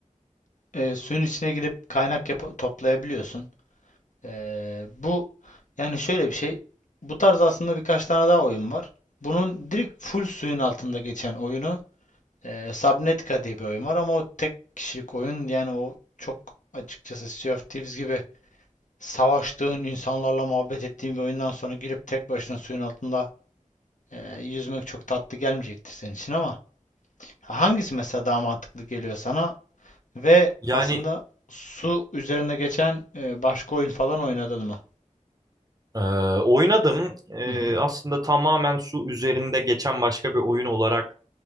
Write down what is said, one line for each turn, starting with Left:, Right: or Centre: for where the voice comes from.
Left: e, suyun içine girip kaynak yapa- toplayabiliyorsun. E, bu yani şöyle bir şey. Bu tarz aslında birkaç tane daha oyun var. Bunun direkt full suyun altında geçen oyunu e, Subnautica diye bir oyun var ama o tek kişilik oyun yani o çok açıkçası Sea of Thieves gibi savaştığın insanlarla muhabbet ettiğin bir oyundan sonra girip tek başına suyun altında e, yüzmek çok tatlı gelmeyecektir senin için ama hangisi mesela daha mantıklı geliyor sana? Ve
Right: Yani
Left: aslında su üzerinde geçen e, başka oyun falan oynadın mı?
Right: e, oynadım. E,
Left: Hı hı,
Right: aslında tamamen su üzerinde geçen başka bir oyun olarak